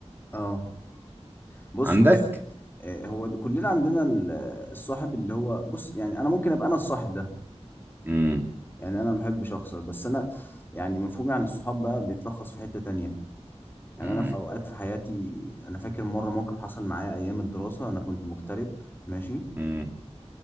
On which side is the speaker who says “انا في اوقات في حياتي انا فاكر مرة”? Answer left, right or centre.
Left